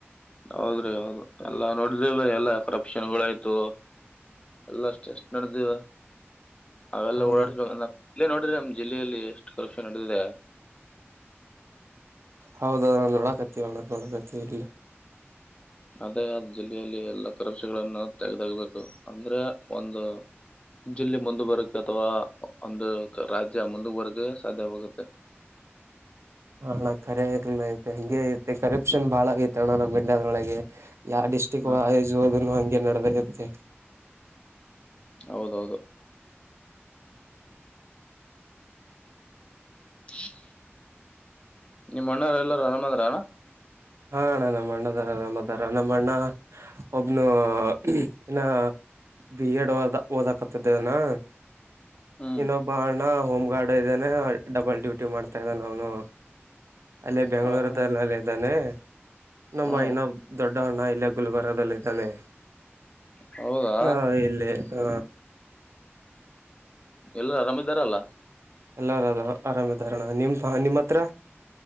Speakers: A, on the left; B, on the right.
A: ಹೌದ್ರಿ ಹೌದು ಎಲ್ಲಾ ನೋಡ್ರಿಲ್ಲ ಎಲ್ಲಾ ಕರಪ್ಷನ್ಗಳೆ ಆಯ್ತು. ಎಲ್ಲಷ್ಟ ಟೆಷ್ಟ ನಡ್ದಿವ. ಅವೆಲ್ಲ
B: ಹೌದು
A: ಓಡಾಡ್ಬೇಕ ಇಲ್ಲೇ ನೋಡ್ರಿ ನಮ್ ಜಿಲ್ಲೆಯಲ್ಲಿ ಎಷ್ಟು ಕರಪ್ಷನ್ ನಡೆದಿದೆ.
B: ಹೌದ ಅಣ ನೋಡಕತ್ತೀವ ಅಣ ನೋಡಕತ್ತೀವಿ ಇಲ್ಲಿ.
A: ಅದೇ ಆ ಜಿಲ್ಲೆಯಲ್ಲಿ ಎಲ್ಲಾ ಕರಪ್ಷನ್ಗಳನ್ನ ತೆಗೆದಾಗಬೇಕು ಅಂದ್ರೆ ಒಂದು ಜಿಲ್ಲೆ ಮುಂದ್ ಬರಕ್ ಅಥವಾ ಒಂದು ರಾಜ್ಯ ಮುಂದ್ ಬರಕ ಸಾಧ್ಯವಾಗುತ್ತೆ.
B: ಹಾ ಅಣ್ಣ ಕರೆ ಐತೆ ಹಂಗೆ ಐತೆ ಕರಪ್ಷನ್ ಬಾಳ ಆಗೈತೆ ಅಣ್ಣ ನಮ್ಮ ಇಂಡಿಯ್ದೊಳಗೆ ಯಾವ್ ಡಿಷ್ ಕಿವ
A: ಹಾ,
B: ಆಯಜುವದನ್ನು ಹಾಂಗೆ ನಡೆದ ಇರುತ್ತೆ.
A: ಹೌದೌದು ಹ್ಮ್ ನಿಮ್ಮ ಅಣ್ಣರ ಎಲ್ಲರ ಅರಾಮದರೇನ?
B: ಹಾ ಅಣ್ಣ ನಮ್ಮ ಅಣ್ಣದಾರ ಆರಾಮದಾರ ನಮ್ಮ ಅಣ್ಣ ಒಬ್ನು ಇನ ಬಿ ಎಡ್ ಓದಕತಿದ್ದ ಅದನಾ.
A: ಹ್ಮ್
B: ಇನ್ನೊಬ್ಬ ಅಣ್ಣ ಹೋಮ್ ಗಾರ್ಡ್ ಇದಾನೆ ಡಬಲ್ ಡ್ಯೂಟಿ ಮಾಡ್ತಾ ಇದ್ದನ ಅವನು. ಅಲ್ಲೇ ಬೆಂಗ್ಳೂರ್ದನ
A: ಹಾ ಹಾ
B: ಇದ್ದಾನೆ ನಮ್ಮ
A: ಹಾ
B: ಇನೊಬ್ ದೊಡ್ಡ ಅಣ್ಣ ಇಲ್ಲೇ ಗುಲ್ಬರ್ಗದಲ್ಲೇ ಇದ್ದಾನೆ
A: ಹೌದಾ
B: ನಾ ಇಲ್ಲಿ ಹ
A: ಎಲ್ಲ ಆರಾಮಿದ್ದಾರಲ್ಲ.
B: ಎಲ್ಲರ ಅದ ಆರಾಮಿದ್ದಾರಣ್ಣ ನಿಮ್ ನಿಮ್ಮ ಹತ್ರ